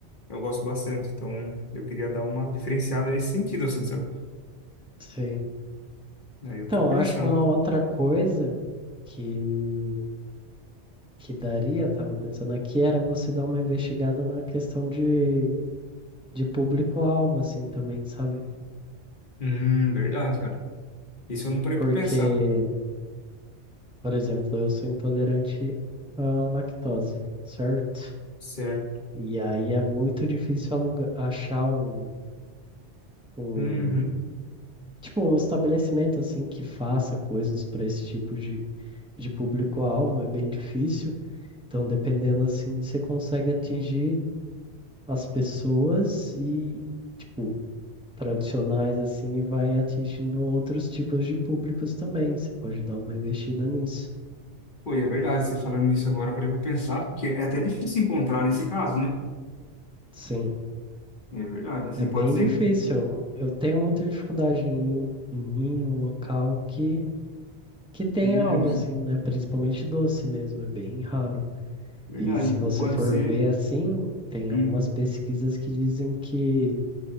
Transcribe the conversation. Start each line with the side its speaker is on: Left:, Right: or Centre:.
Left: Eu gosto bastante, então eu queria dar uma diferenciada nesse sentido, assim, sabe?
Centre: sei.
Left: Aí eu
Centre: Então,
Left: tô pensando.
Centre: acho que uma outra coisa que, que daria, tava pensando aqui, era você dar uma investigada na questão de, de público-alvo, assim, também, sabe?
Left: Hum, verdade, cara. Isso eu não parei
Centre: Porque,
Left: pra pensar.
Centre: por exemplo, eu sou intolerante à lactose, certo?
Left: Certo.
Centre: E aí é muito difícil alugar, achar um, um,
Left: Uhum.
Centre: tipo, um estabelecimento, assim, que faça coisas para esse tipo de, de público-alvo, é bem difícil. Então, dependendo, assim, você consegue atingir as pessoas e, tipo, tradicionais assim, e vai atingindo outros tipos de públicos também. Você pode dar uma investida nisso.
Left: Pô, e é verdade, você falando nisso agora, eu parei pra pensar que é até difícil encontrar nesse caso, né?
Centre: Sim,
Left: É verdade, assim,
Centre: é bem
Left: pode ser.
Centre: difícil. Eu tenho muita dificuldade em, em ir em um local que, que tem
Left: Uhum.
Centre: algo assim, né? Principalmente doce mesmo, é bem raro.
Left: Verdade,
Centre: E se você
Left: e pode
Centre: for
Left: ser.
Centre: ver assim, tem
Left: Uhum.
Centre: algumas pesquisas que dizem que